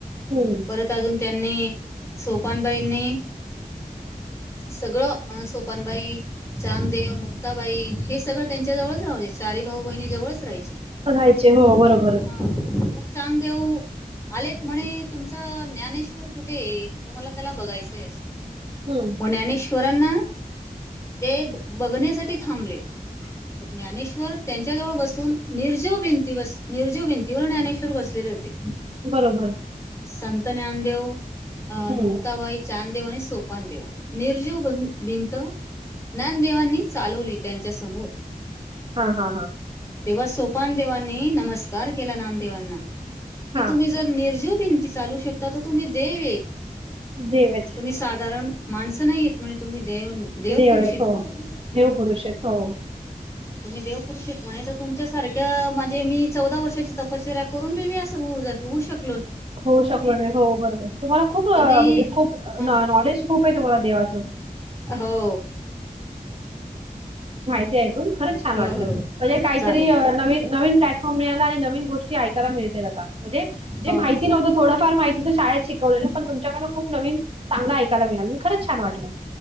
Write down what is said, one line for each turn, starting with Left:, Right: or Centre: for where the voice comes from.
Right: हम्म.
Left: परत अजून त्यांनी सोपानबाईंनी सगळं सोपनबाई, चांगदेव, मुक्ताबाई हे सगळं त्यांच्या जवळच राहा चारी भाऊ बहिणी जवळच राहायचे ते
Right: राहायचे हो बरोबर.
Left: मग हा मग चांग देऊ आलेत म्हणे तुमच ज्ञानेश्वर कुठे तर मला त्याला बघायचंय असं
Right: हम्म.
Left: म ज्ञानेश्वरांना ते बघण्यासाठी थांबलेत मग ज्ञानेश्वर त्यांच्या जवळ बसून निर्जोव भिंती बस निर्जव भिंतीवर ज्ञानेश्वर बस लेले होते.
Right: बरोबर.
Left: संत ज्ञानदेव अं
Right: हम्म.
Left: मुक्ताबाई, चांदेव आणि सोपानदेव निर्जीव भिंत ज्ञानदेवांनी चालवली त्यांच्या समोर
Right: हा हा हा.
Left: तेव्हा सोपानदेवांनी नमस्कार केला नानदेवांना कि
Right: हां,
Left: तुम्ही जर निर्जीव भिंती चालू शकता तर तुम्ही देवेत
Right: देव आहेत.
Left: तुम्ही साधारण माणसं नाही येत म्हणे तुम्ही देव देवपुरुष
Right: देव य
Left: येत
Right: हो
Left: म्हणे तुम्ही
Right: देव पुुरुष आहेेत हो
Left: तुम्ही देवपूरूश ये म्हणे तर तुमच्यासारख्या म्हणजे मी चौदा वर्षाची तपशरा्या करून बी मी असंऊ होऊ शक
Right: होऊ शकलो नाही हो बरोबर तुम्हाला खूप म्हणजे
Left: तर मी
Right: खूप
Left: हां
Right: नॉलेज खूप आहे तुम्हाला देवाचं.
Left: हो.
Right: <unintelligible> खरच छान
Left: हो
Right: वाटल
Left: हो
Right: म्हणजे काहीतरी
Left: चालेल ताई
Right: नवीन मिळाला आणि नवीन गोष्टी ऐकायला मिळतील आता म्हणजे जे
Left: हो
Right: माहिती
Left: हो
Right: नव्हतं थोडफार माहितीत शाळेत शिक पण तुमच्याकडन खूप नवीन चांगला ऐकायला मिळाल खरच छान वाटलं